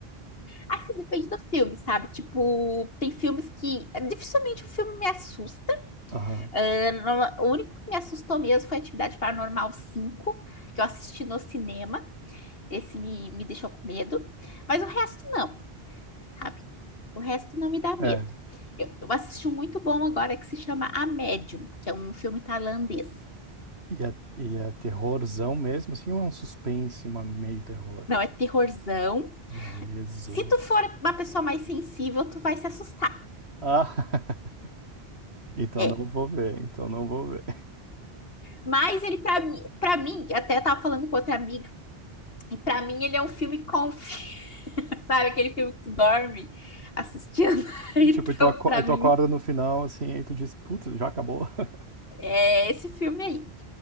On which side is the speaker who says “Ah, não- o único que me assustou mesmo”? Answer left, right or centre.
Left